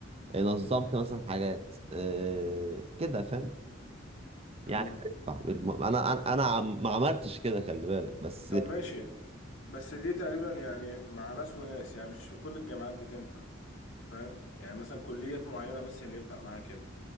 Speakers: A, on the right; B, on the left.
A: آه، نظمت مثلا حاجات آه، كده فاهم يعني
B: مم.
A: بتنفع. انا انا انا عم- ما عملتش كده خلي بالك بس
B: طب ماشي بس دي تقريبا يعني مع ناس وناس يعني مش في كل الجامعات بتنفع انت فاهم يعني مثلا كليات معينة بس اللي ينفع معاها كده